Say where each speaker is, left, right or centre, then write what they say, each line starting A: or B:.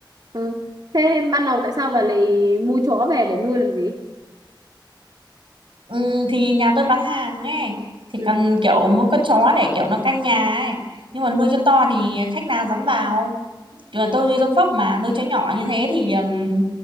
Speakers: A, on the right; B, on the right.
A: Ừ. Thế ban đầu tại sao bà lại mua chó về để nuôi làm gì?
B: ừ, thì nhà tôi bán hàng ấy thì
A: Ừ.
B: cần kiểu muốn con chó để kiểu nó canh nhà ấy nhưng mà nuôi cho to thì khách nào dám vào Chứ là tôi nuôi giống phóc mà nuôi chó nhỏ như thế thì ừm,